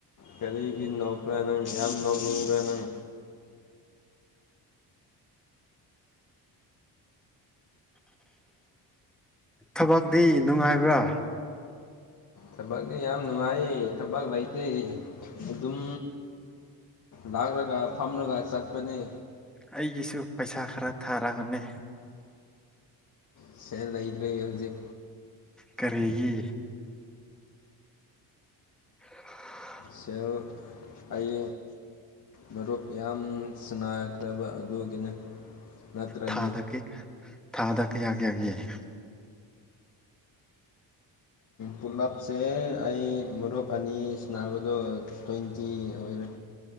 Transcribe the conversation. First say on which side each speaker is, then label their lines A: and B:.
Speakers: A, on the left; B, in the centre.
A: ꯀꯔꯤꯒꯤ ꯅꯣꯛꯄ꯭ꯔꯥ ꯅꯪ ꯌꯥꯝ ꯅꯣꯛꯅꯤꯡꯕ꯭ꯔꯥ ꯅꯪ
B: ꯊꯕꯛꯇꯤ ꯅꯨꯡꯉꯥꯏꯕ꯭ꯔꯥ
A: ꯊꯕꯛꯁ ꯌꯥꯝ ꯅꯨꯡꯉꯥꯏꯌꯦ ꯊꯕꯛ ꯂꯩꯇꯦ ꯑꯗꯨꯝ ꯂꯥꯛꯂꯒ ꯐꯝꯂꯒ ꯆꯠꯄꯅꯤ
B: ꯑꯩꯒꯤꯁꯨ ꯄꯩꯁꯥ ꯈꯔ ꯊꯥꯔꯒꯅꯦ
A: ꯁꯦ ꯂꯩꯇ꯭ꯔꯦ ꯍꯧꯖꯤꯛ
B: ꯀꯔꯤꯒꯤ ꯎ
A: ꯁꯦꯜ ꯑꯩ ꯃꯔꯨꯞ ꯌꯥꯝ ꯁꯅꯥꯈ꯭ꯔꯕ ꯑꯗꯨꯒꯤꯅꯤ ꯅꯠꯇ꯭ꯔꯗꯤ
B: ꯊꯥꯗ ꯊꯥꯗ ꯀ ꯌꯥ ꯀꯦ ꯌꯥꯒ ꯌꯥꯏ
A: ꯄꯨꯂꯞꯁꯦ ꯑꯩ ꯃꯔꯨꯞ ꯑꯅꯤ ꯁꯕꯗꯣ ꯇ꯭ꯋꯦꯟꯇꯤ ꯑꯣꯏꯔꯦ